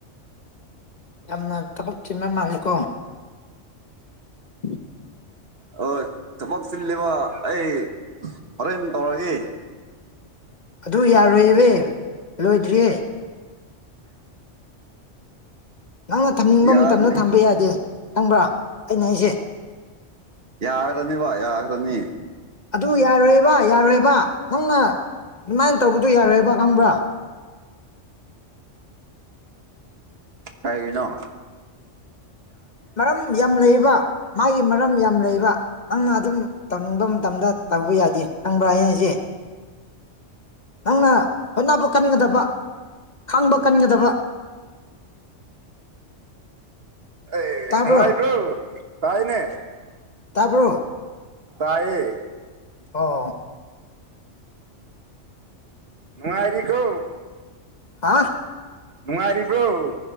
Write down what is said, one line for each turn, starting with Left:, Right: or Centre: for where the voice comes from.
Left: ꯌꯥꯝꯅ ꯊꯕꯛ ꯆꯤꯟꯕ ꯃꯥꯂꯦꯀꯣ ꯎꯝ
Right: ꯑꯣ ꯊꯕꯛ ꯆꯤꯜꯂꯤꯕ ꯑꯩ ꯍꯣꯔꯦꯟ ꯇꯧꯔꯒꯦ
Left: ꯑꯗꯨ ꯌꯥꯔꯣꯏꯕ ꯂꯣꯏꯗ꯭ꯔꯤꯌꯦ ꯅꯪꯅ ꯊꯝꯅꯤꯡꯕ
Right: ꯌꯥꯔꯅꯤ
Left: ꯃꯇꯝꯗ ꯊꯝꯕ ꯌꯥꯗꯦ ꯈꯪꯕ꯭ꯔꯥ ꯑꯩꯅ ꯑꯩꯁꯦ
Right: ꯌꯥ ꯔꯅꯤ ꯋꯥ ꯌꯥꯒ ꯔꯅꯤ
Left: ꯑꯗꯨ ꯌꯥꯔꯣꯏꯕ ꯌꯥꯔꯣꯏꯕ ꯅꯪꯅ ꯑꯗꯨꯃꯥꯏꯅ ꯇꯧꯕꯗꯨꯣ ꯌꯥꯔꯣꯏꯕ ꯈꯪꯕ꯭ꯔꯥ
Right: ꯀꯥꯏꯅ
Left: ꯃꯔꯝ ꯌꯥꯝ ꯂꯩꯌꯦꯕ ꯃꯥꯒꯤ ꯃꯔꯝ ꯌꯥꯝ ꯂꯩꯕ ꯅꯪꯅ ꯑꯗꯨꯝ ꯇꯧꯅꯤꯡꯕ ꯃꯇꯝꯗ ꯇꯧꯕ ꯌꯥꯏꯦ ꯈꯪꯕ꯭ꯔꯥ ꯍꯌꯦꯡ ꯑꯩꯁꯦ ꯅꯪꯅ ꯍꯣꯠꯅꯕ ꯀꯟꯒꯗꯕ ꯈꯥꯡꯕ ꯀꯟꯒꯗꯕ <inaudible>
Right: ꯑꯦ
Left: ꯇꯥꯕ꯭ꯔꯣ
Right: ꯅꯅꯨꯡꯉꯥꯏꯕ꯭ꯔꯣ ꯄꯥꯏꯅꯦ
Left: ꯇꯄꯣ
Right: ꯇꯌꯦꯌꯦ
Left: ꯑ
Right: ꯅꯨꯡꯉꯥꯏꯔꯤ ꯀꯣ
Left: ꯍꯥ
Right: ꯅꯨꯡꯉꯔꯤꯕꯔꯤꯕ꯭ꯔꯣ